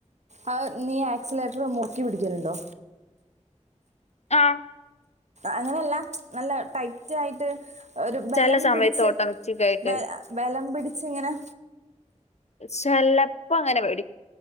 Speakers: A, on the right; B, on the left.
A: ആ നീ ആക്സിലേറ്റർ മുറുക്കിപിടിക്കലുണ്ടോ?
B: ആ
A: അങ്ങനെല്ല നല്ല ടൈറ്റ് ആയിട്ട് ഒരു ബലം
B: ചില സമയത്ത്
A: പിടിച്ച്
B: ഓട്ടോമാറ്റിക് ആയിട്ട്
A: ബല ബലം പിടിച്ചിങ്ങനെ?
B: ചെലപ്പോങ്ങനെ പിടി